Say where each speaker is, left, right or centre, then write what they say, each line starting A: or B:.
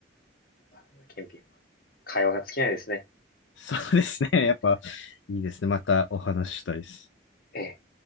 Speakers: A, on the left; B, on the left.
A: ー、やっぱねケンピンは会話が尽きないですね。
B: そうですね。やっぱいいですね。またお話ししたいです。
A: ええ。